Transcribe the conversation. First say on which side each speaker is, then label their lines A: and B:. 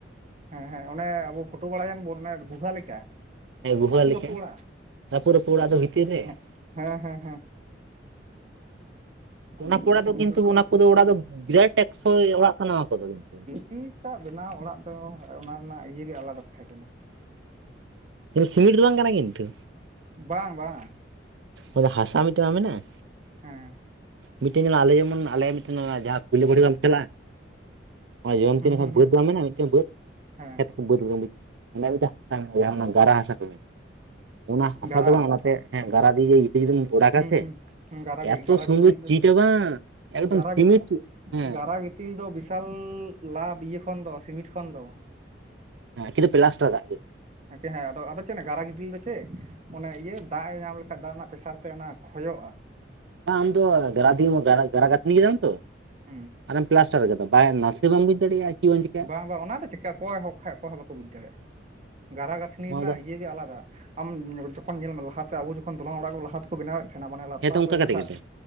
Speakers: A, on the right; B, on the right.
A: ᱦᱮᱸ ᱦᱮᱸ ᱚᱱᱮ ᱟᱵᱚ ᱯᱷᱳᱴᱳ ᱵᱟᱲᱟᱭᱮᱱ ᱵᱚᱱ ᱚᱱᱮ ᱜᱩᱦᱟ ᱞᱮᱠᱟ᱾
B: ᱦᱮᱸ ᱜᱩᱦᱟᱹ
A: ᱨᱟᱹᱯᱩᱫ
B: ᱞᱮᱠᱟ
A: ᱨᱟᱹᱯᱩᱫ ᱚᱲᱟᱜ
B: ᱨᱟᱹᱯᱩᱫ ᱨᱟᱹᱯᱩᱫ ᱚᱲᱟᱜ ᱫᱚ ᱵᱷᱤᱛᱤᱨ ᱨᱮ᱾
A: ᱦᱮᱸ
B: <inaudible>
A: ᱦᱮᱸ ᱦᱮᱸ ᱦᱮᱸ
B: ᱚᱱᱟ ᱠᱚ ᱚᱲᱟᱜ
A: ᱪᱷᱚᱵᱤ
B: ᱫᱚ ᱠᱤᱱᱛᱩ ᱚᱱᱟ ᱠᱚᱫᱚ ᱚᱲᱟᱜ ᱫᱚ ᱵᱤᱨᱟᱴ ᱮᱠᱥᱚᱭ ᱚᱲᱟᱜ ᱠᱟᱱᱟ ᱚᱱᱟ ᱠᱚᱫᱚ ᱠᱤᱱᱛᱩ᱾
A: ᱛᱤᱥᱟᱜ ᱵᱮᱱᱟᱣ ᱚᱲᱟᱜ ᱫᱚ ᱚᱱᱟ ᱨᱮᱱᱟᱜ ᱤᱭᱟᱹ ᱜᱮ ᱟᱞᱟᱫᱟ ᱛᱟᱦᱮᱸ ᱠᱟᱱᱟ᱾
B: ᱥᱤᱢᱮᱱᱴ ᱫᱚ ᱵᱟᱝ ᱠᱟᱱᱟ ᱠᱤᱱᱛᱩ᱾
A: ᱵᱟᱝ ᱵᱟᱝ᱾
B: ᱚᱱᱟᱫᱚ ᱦᱟᱥᱟ ᱢᱤᱫᱴᱮᱱ ᱵᱟᱝ ᱢᱮᱱᱟᱜ-ᱟ᱾
A: ᱦᱮᱸ᱾
B: ᱢᱤᱫᱴᱮᱱ ᱟᱞᱮ ᱡᱮᱢᱚᱱ ᱟᱞᱮ ᱢᱤᱫᱴᱮᱱ ᱡᱟᱦᱟᱸ ᱯᱳᱭᱞᱳ ᱵᱷᱟᱹᱴᱤ ᱵᱟᱢ ᱪᱟᱞᱟᱜ-ᱟ? ᱡᱚᱡᱚᱢ
A: ᱦᱩᱸ
B: ᱛᱤ ᱱᱟᱠᱷᱟ
A: ᱦᱩᱸ ᱦᱩᱸ
B: ᱵᱟᱹᱫᱽ ᱵᱟᱝ ᱢᱮᱱᱟᱜ-ᱟ ᱢᱤᱫᱴᱮᱱ ᱵᱟᱹᱫᱽ
A: ᱦᱮᱸ
B: ᱠᱷᱮᱛ? ᱵᱟᱹᱛ <unintelligible> ᱢᱤᱫᱴᱟᱝ ᱦᱟ ᱢᱮᱱᱟᱜ-ᱟ ᱡᱟᱦᱟᱸ ᱚᱱᱟ ᱜᱟᱨᱟ ᱦᱟᱥᱟ ᱠᱚ ᱢᱮᱱᱟᱜ-ᱟ᱾ ᱚᱱᱟ ᱦᱟᱥᱟ
A: ᱜᱟᱨᱟ
B: ᱫᱚ ᱵᱟᱝ ᱚᱱᱟᱛᱮ ᱦᱮᱸ᱾ ᱜᱟᱨᱟ ᱫᱤᱭᱮ ᱡᱩᱫᱤᱢ ᱚᱲᱟᱜᱟ
A: ᱦᱩᱸ
B: ᱥᱮ
A: ᱦᱩᱸ ᱜᱟᱨᱟ
B: ᱮᱛᱚ
A: ᱜᱟᱨᱟ
B: ᱥᱩᱱᱫᱚᱨ
A: ᱜᱤᱛᱤᱞ
B: ᱪᱤᱴᱟ ᱵᱟᱝᱻ ᱮᱠᱫᱚᱢ
A: ᱜᱟᱨᱟ
B: ᱥᱤᱢᱤᱴ ᱦᱮᱸ᱾
A: ᱜᱟᱨᱟ ᱜᱤᱛᱤᱞ ᱫᱚ ᱵᱤᱥᱟᱞ ᱞᱟᱵᱷ ᱤᱭᱟᱹ ᱠᱷᱚᱱ ᱫᱚ ᱥᱤᱢᱤᱴ ᱠᱷᱚᱱ ᱫᱚ᱾
B: ᱦᱮᱸ ᱠᱤᱱᱛᱩ ᱯᱞᱟᱥᱴᱟᱨ ᱠᱟᱜ ᱛᱮ᱾
A: ᱦᱮᱸ, ᱟᱫᱚ, ᱟᱫᱚ ᱪᱮᱫ ᱜᱟᱨᱟ ᱜᱤᱛᱤᱞ ᱫᱚ ᱪᱮᱫ ᱚᱱᱮ ᱤᱭᱟᱹ ᱫᱟᱜ-ᱮ ᱧᱟᱢ ᱞᱮᱠᱟᱱᱡ ᱫᱟᱜ ᱨᱮᱱᱟᱜ ᱯᱮᱥᱟᱨ ᱛᱮ ᱚᱱᱟ ᱠᱷᱚᱡᱚᱜ-ᱟ᱾
B: ᱵᱟᱝ ᱟᱢ ᱫᱚ ᱜᱟᱨᱟ ᱫᱤᱭᱮᱢ ᱜᱟᱨᱟ ᱜᱟᱛᱷᱱᱤ ᱠᱮᱫᱟᱢ ᱛᱚ?
A: ᱦᱩᱸ
B: ᱟᱨᱮᱢ ᱯᱞᱟᱥᱴᱟᱨ ᱠᱟᱫᱟ ᱵᱟᱝ, ᱱᱟᱥᱮ ᱦᱚᱸ ᱵᱟᱢ ᱵᱩᱡᱽ ᱫᱟᱲᱮᱭᱟᱜ-ᱟ ᱪᱮᱫ ᱮᱢ
A: ᱵᱟᱝ ᱵᱟᱝ ᱚᱱᱟ ᱫᱚ ᱪᱮᱠᱟ ᱚᱠᱚᱭᱟᱜ ᱦᱚᱸ ᱠᱷᱟᱡ ᱚᱠᱚᱭ ᱦᱚᱸ ᱵᱟᱠᱚ ᱵᱩᱡᱽ ᱫᱟᱲᱮᱭᱟᱜ-ᱟ᱾ ᱜᱟᱨᱟ ᱜᱟᱹᱛᱷᱱᱤ
B: ᱱᱚᱣᱟ
A: ᱨᱮᱱᱟᱜ
B: ᱫᱚ
A: ᱤᱭᱟᱹ ᱜᱮ ᱟᱞᱟᱫᱟ᱾ ᱟᱢ ᱡᱚᱠᱷᱚᱱ ᱧᱮᱞ ᱢᱮ ᱞᱟᱦᱟᱛᱮ ᱟᱵᱚ ᱡᱚᱠᱷᱚᱱ ᱫᱚᱞᱟᱱ ᱚᱲᱟᱜ ᱠᱚ ᱞᱟᱦᱟᱛᱮ᱾ ᱠᱚ ᱵᱮᱱᱟᱣᱮᱫ ᱛᱟᱸᱦᱮᱱᱟ ᱢᱟᱱᱮ ᱞᱟᱛᱟᱨ
B: ᱦᱮᱸᱛᱚ ᱚᱱᱠᱟ
A: ᱨᱮ
B: ᱠᱟᱛᱮ
A: ᱡᱟᱦᱟᱸ
B: ᱜᱮᱛᱚ